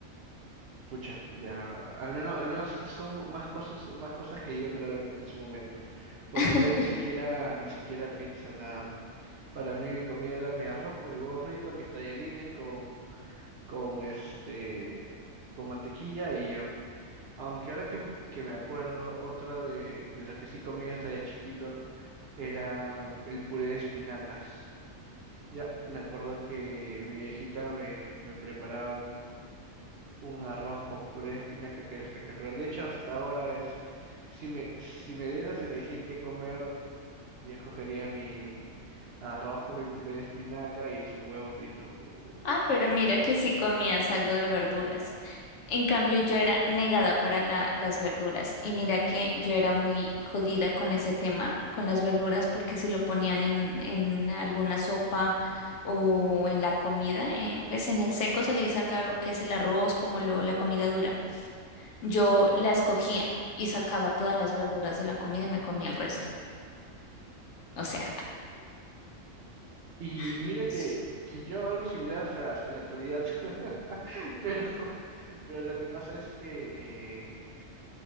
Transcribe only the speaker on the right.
Pucha, ya, al menos, al menos son más cosas, más cosas que yo creo en, en su momento, porque
yo ni siquiera, ni siquiera pizza, nada. Para mí mi comida era mi arroz con mi huevo frito, mis tallarines con, con este, con mantequilla y ya. Aunque ahora que, que me acuerdo, otra de, de las que sí comía hasta de chiquito era el puré de espinacas. Ya, me acuerdo que mi viejita me, me preparaba un arroz con puré de espinaca que era espectacular. De hecho, hasta ahora es, si me, si me dieras a elegir qué comer, yo escogería mi arroz con mi puré de espinaca y su huevo frito. Uf,
qué delicia.
Y
mira que, que yo hago algo similar hasta, hasta la actualidad, <laughs> pero, pero lo que pasa es que eh,